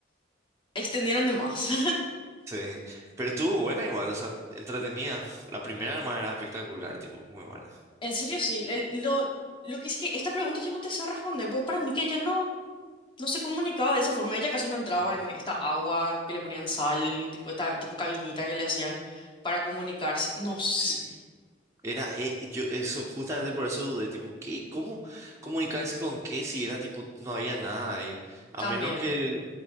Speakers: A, on the left; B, on the right.
A: extendieron de más. <laughs>
B: Sí, pero estuvo buena igual, o sea, entretenida. La primera nomás era espectacular, tipo, muy buena.
A: En serio, sí. el- lo, lo que es que esta pregunta yo no te sé responder, porque para mí que ella no, no se comunicaba de esa forma. Ella acaso no entraba
B: Ah.
A: en esta agua que le ponían sal, tipo esta tipo cabinita que le hacían para comunicarse. No sé.
B: Sí. Era, eh, yo, eso, justamente por eso dudé, tipo, ¿qué? ¿Cómo comunicarse con qué si era, tipo, no había nada ahí? A
A: También,
B: menos que,